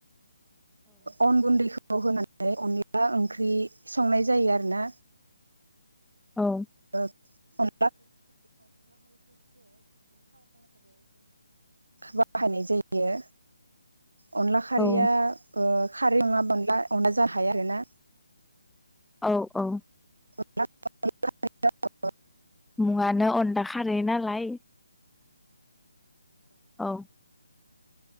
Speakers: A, on the right; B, in the centre.
A: अन गुन्दै खौ होनानै अनदला ओंख्रि संनाय जायो आरोना
B: औ
A: <unintelligible> बाहायनाय जायो अनला खारैया
B: औ
A: ओ खारै नङा अनला अनला जाखाया आरोना
B: औ औ
A: <unintelligible>
B: मुंङानो अनला खारो नालाय औ